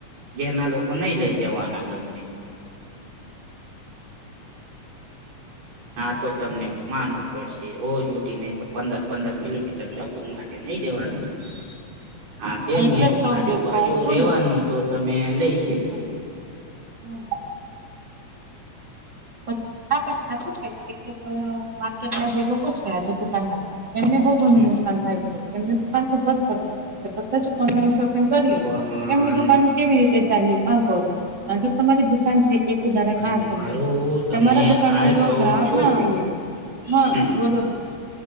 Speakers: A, on the right (about 85°); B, on the right (about 30°).
A: ઘેરના લોકો નહી લઈ જવાના તમને. આ તો તમને માનવું પડશે રોજ ઉઠી ને તો પંદર પંદર કિલોમીટર સ્વા માટે નહી જવાના. તમે હા કેમ
B: એટલે જ તો
A: આજુબાજુ
B: મેં કઉ છું
A: રેવાનું.
B: ને
A: તો તમે લઈ શકો.
B: હમ્મ. પછી હા શું થાય છે કે માર્કેટમાં જે લોકો છે આજુ દુકાનદાર. એમને બહુ ઘણું
A: હમ
B: નુકસાન થાય છે એમને દુકાન તો બંધ કરવાવામાં આવે છે. બધા જ ઓનલાઈન શોપિંગ કરીએ,
A: પણ
B: એમની દુકાન કેવી રીતે ચાલ્યું આ કહો તમે આ જો તમારી દુકાન છે એક ઉધારક
A: પણ
B: આ સમજી.
A: મારું તમને
B: તમારા દુકાનમાં
A: આ
B: જો
A: કવ
B: ગ્રાહક
A: છું
B: ને આે હા
A: હમ
B: બોલો ને